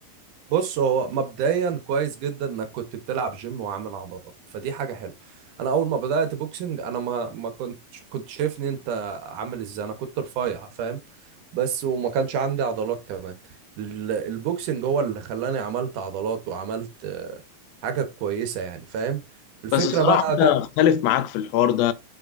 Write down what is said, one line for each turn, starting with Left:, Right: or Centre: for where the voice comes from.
Right: بص هو مبدئيا كويس جدا انك كنت بتلعب جيم وعامل عضلات فدي حاجه حلوه انا اول ما بدات بوكسنج انا ما ما كنت كنت شايفني انت عامل ازاي انا كنت رفيع فاهم بس وما كانش عندي عضلات كمان ال- البوكسنج هو اللي خلاني عملت عضلات وعملت آه، حاجه كويسه يعني فاهم الفكره
Left: بس الصراحة
Right: بقى
Left: انا اختلف معاك في الحوار ده